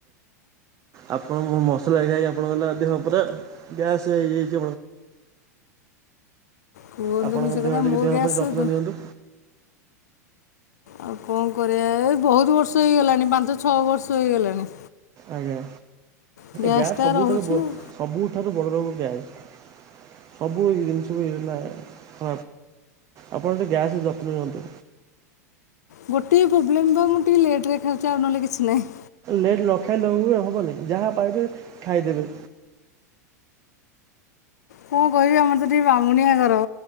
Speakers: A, on the right (about 35°); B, on the left (about 70°).
A: ଆପଣ ମସଲା ଖାଇ ଆପଣ <unintelligible> ଅଧ ପୁରା ଗ୍ୟାସ୍ ହେଇଯାଇଚି।
B: କୁହନ୍ତୁନି
A: ଆପଣଙ୍କ
B: ସେ
A: ଦେହ
B: କଥା
A: ଟିକେ
B: ମୋ
A: ଦେହ
B: ଗ୍ୟାସ୍
A: ପାଇଁ ଯତ୍ନ
B: ତ
A: ନିଅନ୍ତୁ।
B: ଆଉ କଣ କରିବା ଏ ବୋହୁତ ବର୍ଷ ହେଇଗଲାଣି, ପାଞ୍ଚ ଛଅ ବର୍ଷ ହେଇଗଲାଣି।
A: ଆଜ୍ଞା
B: ଗ୍ୟାସ୍ଟା
A: ଗ୍ୟାସ ସବୁଠାରୁ
B: ରହୁଛି ଆଉ
A: ସବୁଠାରୁ ବଡ ରୋଗ ଗ୍ୟାସ। ସବୁ ଏ ଜିନିଷ <unintelligible> ଆପଣ ଟିକେ ଗ୍ୟାସ ର ଯତ୍ନ ନିଅନ୍ତୁ।
B: ଗୋଟିଏ ପ୍ରୋବ୍ଲେମ୍ ବା ମୁ ଟିକେ ଲେଟ୍ ରେ ଖାଉଚି ଆଉ ନହେଲେ କିଛି ନାହିଁ।
A: ଲେଟ ନ ଖାଇଲେ <unintelligible> ହବନି, ଯାହା ପାଇବେ ଖାଇଦେବେ।
B: କଣ କହିବି ଆମର ଟିକେ ବ୍ରାହ୍ମୁଣିଆ ଘର,